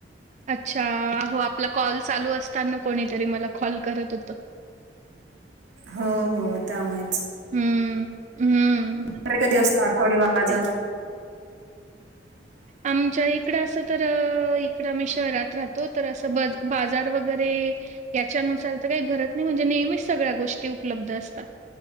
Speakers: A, on the right; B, on the right.
A: अच्छा हो आपला कॉल चालू असता ना कोणीतरी मला कॉल करत होत
B: हो हो त्यामुळेच
A: हम्म हम्म
B: तला कधी असत आठवडी बाजार
A: तेच
B: ह
A: आमच्या इकडं असं तर इकडं आम्ही शहरात राहतो तर असं बज बाजार वगैरे याच्यानुसार तर काही भरत नाही म्हणजे नेहमीच सगळ्या गोष्टी उपलब्ध असतात